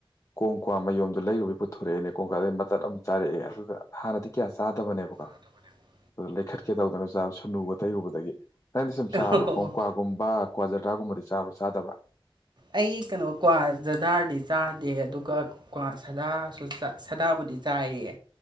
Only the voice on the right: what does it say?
<unintelligible>
ꯑꯣ
ꯑꯩ ꯀꯩꯅꯣ ꯀ꯭ꯋꯥ ꯖꯗꯥꯔꯗꯤ ꯆꯥꯗꯦ ꯑꯗꯨꯒ ꯀꯋꯥ ꯁꯥꯗꯥꯁꯨ ꯁꯥꯗꯥꯕꯨꯗꯤ ꯆꯥꯏꯌꯦ